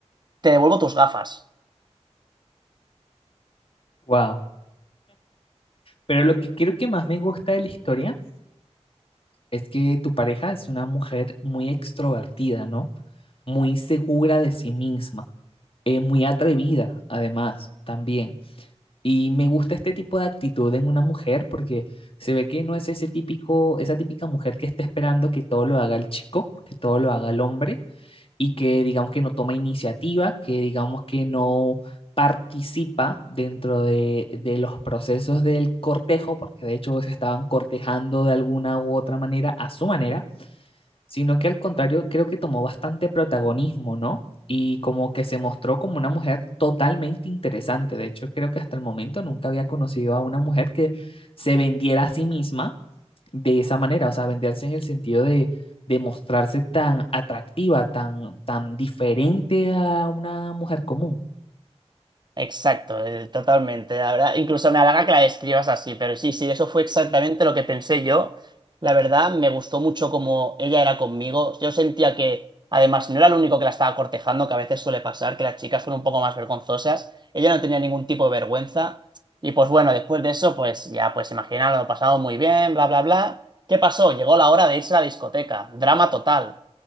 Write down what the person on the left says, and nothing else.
Wow. Pero lo que creo que más me gusta de la historia es que tu pareja es una mujer muy extrovertida, ¿no? Muy segura de sí misma, eh, muy atrevida, además, también. Y me gusta este tipo de actitud en una mujer porque se ve que no es ese típico, esa típica mujer que está esperando que todo lo haga el chico, que todo lo haga el hombre y que digamos que no toma iniciativa, que digamos que no participa dentro de, de los procesos del cortejo, porque de hecho se estaban cortejando de alguna u otra manera a su manera, sino que al contrario creo que tomó bastante protagonismo, ¿no? Y como que se mostró como una mujer totalmente interesante. De hecho, creo que hasta el momento nunca había conocido a una mujer que se vendiera a sí misma de esa manera, o sea, venderse en el sentido de, de mostrarse tan atractiva, tan, tan diferente a una mujer común.